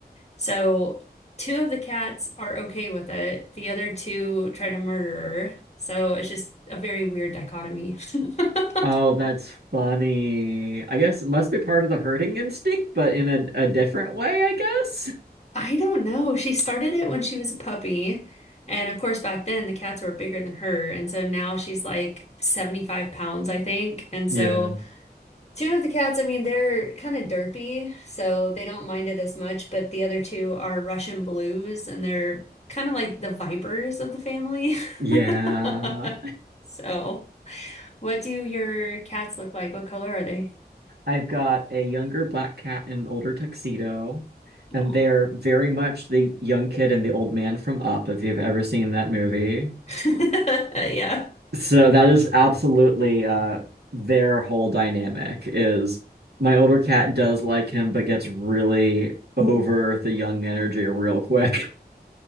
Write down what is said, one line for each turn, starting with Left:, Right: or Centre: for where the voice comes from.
Left: So two of the cats are okay with it. The other two try to murder her. So it's just a very weird dichotomy. <laughs>
Right: Oh, that's funny. I guess it must be part of the herding instinct, but in a, a different way, I guess.
Left: I don't know. She started it when she was a puppy. And of course, back then the cats were bigger than her. And so now she's like 75 pounds, I think. And
Right: Yeah.
Left: so two of the cats, I mean, they're kind of derpy, so they don't mind it as much. But the other two are Russian blues, and they're kind of like the vipers of the family.
Right: Yeah.
Left: <laughs> So, what do your cats look like? What color are they?
Right: I've got a younger black cat and an older tuxedo, and
Left: Oh.
Right: they are very much the young kid and the old man from Up, if you've ever seen that movie.
Left: <laughs> Yeah.
Right: So that is absolutely uh their whole dynamic is my older cat does like him, but gets really over the young energy real quick.